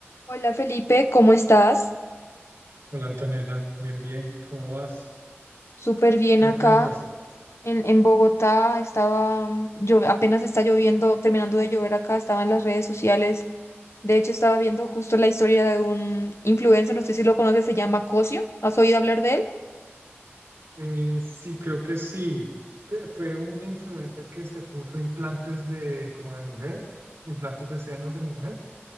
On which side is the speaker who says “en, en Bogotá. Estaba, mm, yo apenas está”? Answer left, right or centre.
Left